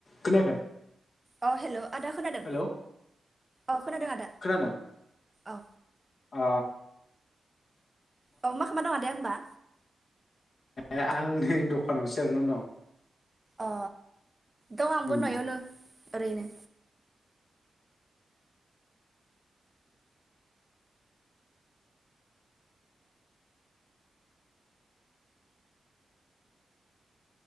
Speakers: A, on the left; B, on the right.
A: खोनायाखै
B: अ हेल' आदा खोनादों
A: हेलौ
B: अ खोनादों आदा
A: खोनादों
B: औ
A: ओ
B: औ मा खालामा दङ होमबा
A: ए आं नै दखानावसोे जिरायनानै दं
B: अ दं आंबो
A: उम
B: न'आवनो ओरैनो